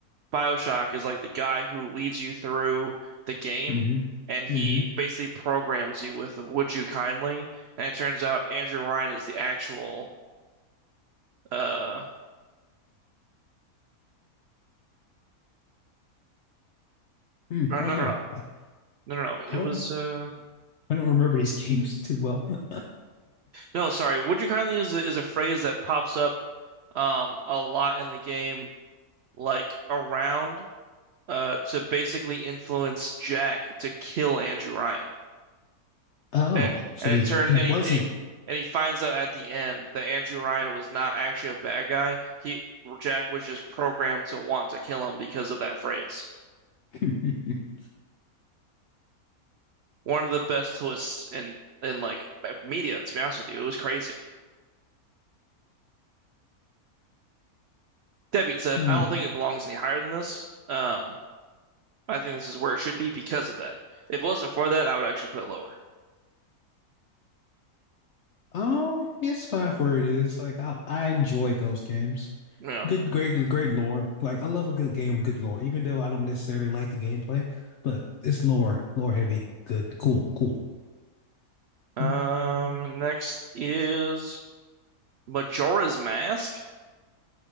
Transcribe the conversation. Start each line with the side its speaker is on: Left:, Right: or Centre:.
Right: BioShock is like the guy who leads you through the game
Left: Mm-hmm.
Right: and he
Left: Mm-hmm.
Right: basically programs you with Would You Kindly and it turns out Andrew Ryan is the actual uh
Left: Mm,
Right: or
Left: I
Right: no
Left: don't
Right: no
Left: know.
Right: no
Left: I,
Right: no no no it
Left: I
Right: was
Left: don't
Right: uh
Left: I don't remember these <laughs> games too well. <laughs>
Right: no sorry Would You Kindly is a, is a phrase that pops up um a lot in the game like around uh to basically influence Jack to kill Andrew Ryan
Left: Oh,
Right: And,
Left: so
Right: and
Left: he
Right: it turns
Left: he
Right: and
Left: wasn't.
Right: he, and he and he finds out at the end that Andrew Ryan was not actually a bad guy. He Jack was just programmed to want to kill him because of that phrase.
Left: <laughs>
Right: One of the best twists in in like media, to be honest with you. It was crazy. That being said,
Left: Hmm.
Right: I don't think it belongs any higher than this. Um, I think this is where it should be because of that. If it wasn't for that, I would actually put it lower.
Left: Oh, it's fine for it is. Like I I enjoyed those games.
Right: Yeah.
Left: Good, great, great lore. Like I love a good game with good lore, even though I don't necessarily like the gameplay, but it's lore, lore heavy. Good, cool, cool.
Right: Um,
Left: Mm.
Right: next is Majora's Mask.